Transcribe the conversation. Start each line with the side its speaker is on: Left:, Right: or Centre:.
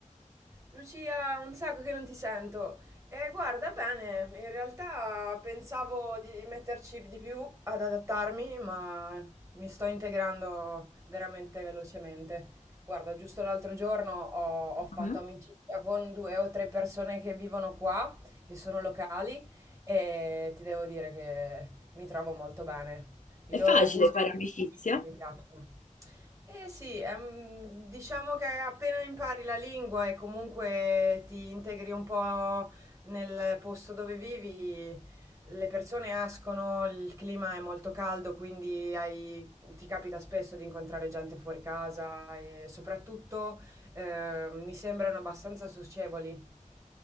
Right: Lucia, un sacco che non ti sento. E guarda bene, in realtà pensavo di metterci di più ad adattarmi, ma mi sto integrando veramente velocemente. Guarda, giusto l'altro giorno ho, ho fatto
Left: Mhm.
Right: amicizia con due o tre persone che vivono qua, che sono locali, e ti devo dire che mi trovo molto bene. I
Left: È
Right: loro
Left: facile
Right: usi
Left: fare
Right: e costumi
Left: amicizia?
Right: mi piacciono. Eh sì, ehm, diciamo che appena impari la lingua e comunque ti integri un po' nel posto dove vivi, le persone escono, il clima è molto caldo, quindi hai- ti capita spesso di incontrare gente fuori casa e soprattutto eh, mi sembrano abbastanza socievoli.